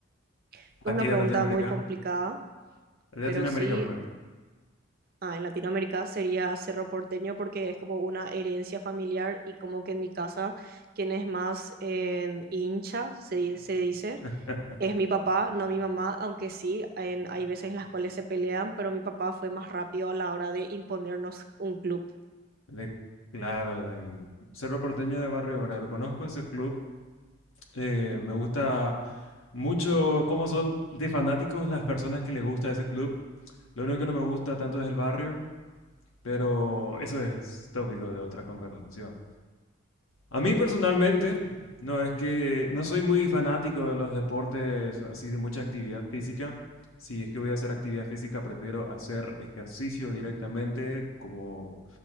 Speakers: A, on the right; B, on the left.
A: Es
B: aquí
A: una pregunta
B: de Latinoamérica.
A: muy complicada,
B: De Latinoamérica
A: pero sí,
B: primero.
A: ah, en Latinoamérica sería Cerro Porteño porque es como una herencia familiar y como que en mi casa, quien es más eh, hincha, se, di- se dice
B: <laughs>
A: Es mi papá, no mi mamá, aunque sí, en- hay veces en las cuales se pelean, pero mi papá fue más rápido a la hora de imponernos un club.
B: De, claro, del Cerro Porteño de Barrio Obrero. Conozco ese club. eh, me gusta mucho cómo son de fanáticos las personas que les gusta ese club. Lo único que no me gusta tanto es el barrio, pero eso es tópico de otra conversación. A mí personalmente, no es que no soy muy fanático de los deportes así de mucha actividad física. Si es que voy a hacer actividad física, prefiero hacer ejercicio directamente, como